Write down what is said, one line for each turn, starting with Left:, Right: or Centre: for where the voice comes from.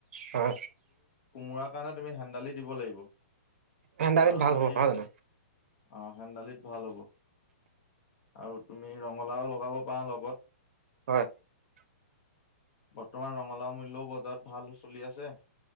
Right: অহ।
Left: মোৰাৰ কাৰণে তুমি হেন্দালি দিব লাগিব।
Right: হেন্দালি
Left: আৰু
Right: ভাল
Left: তুমি
Right: হ'ব-ভাল হ'ব।
Left: অ হেন্দালিত ভাল হ'ব, আৰু তুমি ৰঙালাও লগাব পাৰা লগত।
Right: <unintelligible>
Left: বৰ্তমান ৰঙালাও মূল্যয়ও বজাৰত ভাল চলি আছে।